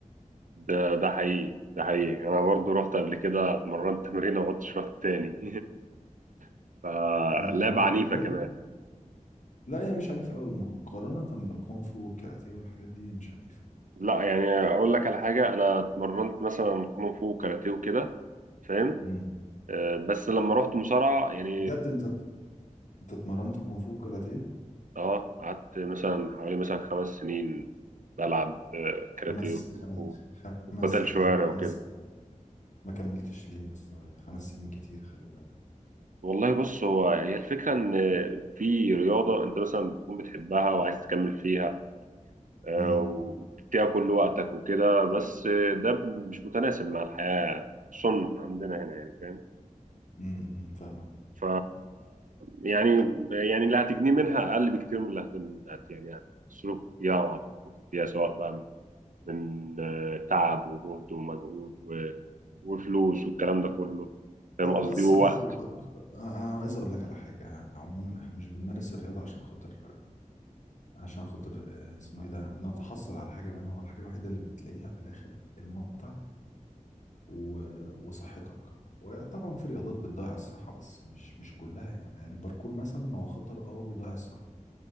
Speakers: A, on the right; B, on the left.
A: ده ده حقيقي ده حقيقي انا برضو رحت قبل كده اتمرنت تمرين وما عدتش رحت تاني <laughs> فلعبه
B: ما... ما...
A: عنيفه
B: ليه
A: كمان
B: لا هي مش عنيفه قوي ممكن مقارنه بالكونغ فو والكاراتيه والحاجات دي هي مش عنيفه
A: لا يعني اقول لك على حاجه انا اتمرنت مثلا كونغ فو وكاراتيه وكده فاهم
B: امم
A: آه، بس لما رحت مصارعه يعني
B: بجد انت انت اتمرنت كونغ فو وكاراتيه
A: اه قعدت مثلا حوالي مثلا خمس سنين بلعب آه، كاراتيه
B: خمس
A: وكونغ
B: خمس
A: فو
B: خمس
A: وقتل
B: سنين
A: شوارع
B: خمس
A: وكده
B: ما كملتش ليه يا اسطى خمس سنين كتير خلي بالك
A: والله بص هو هي الفكره ان في رياضه انت مثلا بتكون بتحبها وعايز تكمل فيها آه،
B: امم
A: وفيها كل وقتك وكده بس آه، ده مش متناسب مع الحياه خصوصا عندنا هنا يعني فاهم
B: امم أمم، فاهمك
A: ف يعني يعني اللي هتجنيه منها اقل بكتير من اللي هتن... هت يعني هتصرفه فيها وهتنفقه فيها سواء بقى من من آه، تعب وجهد ومجهود و... وفلوس والكلام ده كله فاهم
B: ب-
A: قصدي
B: بس
A: ووقت
B: برضو ب- بس انا عايز اقول لك على حاجه عموما احنا مش بنمارس الرياضه عشان خاطر عشان خاطر آه، اسمه ايه ده نتحصل على حاجه منها هو الحاجه الوحيده اللي بتلاقيها في الاخر المتعه و... وصحتك وطبعا في رياضات بتضيع الصحه بس مش مش كلها يعني يعني الباركور مثلا هو خطر اه وبيضيع الصحه